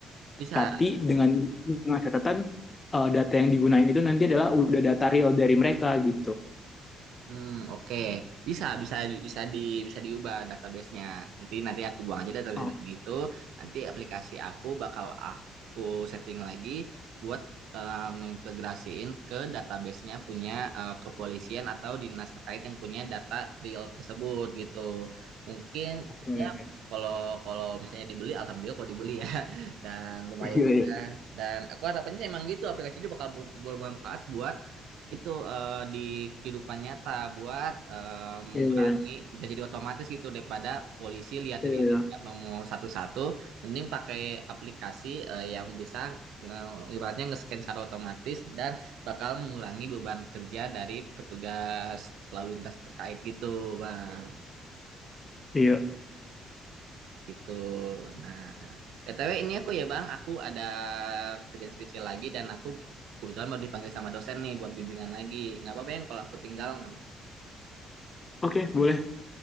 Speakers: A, on the right; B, on the left.
A: Bisa
B: tapi dengan dengan catatan eh, data yang digunain itu nanti adalah udah data real dari mereka gitu.
A: Hmm, oke. Bisa, bisa, bisa di, bisa diubah database-nya. Jadi nanti aku buang aja database
B: Oh,
A: dari itu. Nanti aplikasi aku bakal aku setting lagi buat eh, ngintegrasiin ke database-nya punya eh, kepolisian atau dinas terkait yang punya data real tersebut gitu. Mungkin
B: Oke,
A: ya kalau kalau misalnya dibeli, alhamdulillah kalau dibeli ya. <laughs> Dan lumayan
B: Iya,
A: juga.
B: iya,
A: Dan aku harapannya sih emang gitu aplikasi itu bakal ber- bermanfaat buat itu eh, di kehidupan nyata buat eh, mengurangi
B: iya,
A: bisa jadi otomatis gitu daripada polisi liatin
B: iya, iya.
A: liatin plat nomor satu-satu mending pakai aplikasi eh, yang bisa nge- ibaratnya nge-scan secara otomatis dan bakal mengurangi beban kerja dari petugas lalu lintas terkait gitu bang
B: Iya.
A: gitu nah BTW ini aku ya bang aku ada kerjaan skripsi lagi dan aku kebetulan baru dipanggil sama dosen nih buat bimbingan lagi nggak apa-apa yang kalau aku tinggal nggak
B: Oke, boleh.